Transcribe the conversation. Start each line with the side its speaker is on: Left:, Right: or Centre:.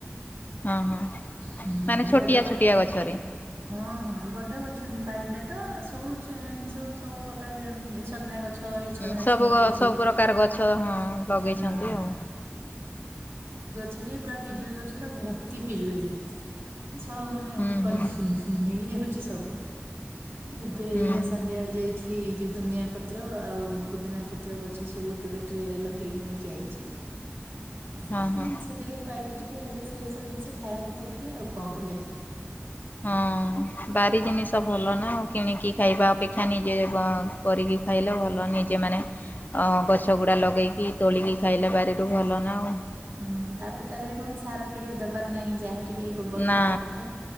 Left: ହଁ ହଁ
Right: ହଁ
Left: ମାନେ ଛୋଟିଆ
Right: ବଡ ବା
Left: ଛୋଟିଆ ଗଛରେ
Right: ହଁ ହଁ ବଡ ଗଛ। ବାରିଟା ତ ସବୁ ସବୁ ସବୁ ପ୍ରକାର ଏ ସଜନା ଗଛ। ଏଇ ସଜନା
Left: ଉଁ ସବୁ
Right: ଛୁଇଁ
Left: ଗ
Right: ହେଇଛି।
Left: ସବୁ ପ୍ରକାର ଗଛ ହଁ। ଲଗେଇଛନ୍ତି
Right: ହଁ
Left: ଆଉ।
Right: ଲଗେଇଛନ୍ତି ପୁରା ପିଜୁଳି ଗଛ ପୁରା ଭର୍ତି ପିଜୁଳି। ସବୁ ମାନେ
Left: ହୁଁ
Right: ପନ
Left: ହୁଁ
Right: ମିଳି ଯାଉଛି। ସବୁ ଏବେ
Left: ହୁଁ
Right: ଏଇନା ସନ୍ଧ୍ୟାବେଳେ ଯାଇଥିଲି ଏ ଯୁଧ ଧନିଆ ପତ୍ର ଆଉ ପୁଦିନା ପତ୍ର ଗଛ ସବୁ ଗୋଟେ ଗୋଟେ ଟ୍ରେରେ ଲଗ ଦେଇ ନେଇକି ଆଇଛି। ସେ
Left: ହଁ
Right: ସେଠିକ
Left: ହଁ
Right: ପାଇ ରିଟି ଟିକେ ହେଲେ ସେ ସବୁ ଜିନିଷ ଖାଇବା କଥା ଟିକେ ଆଉ କଣ କରିବା?
Left: ହଁ ବାରି ଜିନିଷ ଭଲ ନା କିଣିକି ଖାଇବା ଅପେକ୍ଷା ନିଜେ କରିକି ଖାଇଲେ ଭଲ। ଭଲ ନିଜେ ମାନେ ଗଛ ଗୁଡାକ ଲଗେଇକି ତୋଳିକି ଖାଇଲା ବାରିରୁ ଭଲ ନା ଆଉ।
Right: ହଁ ତାପରେ ତା ଦେହରେ କଣ କି ସାର ପିଡିଆ ଦବାର ନାହିଁ ଯାହା ଟିକେ ଏଇ ଗୋବର
Left: ନା
Right: ଖତ ଫତ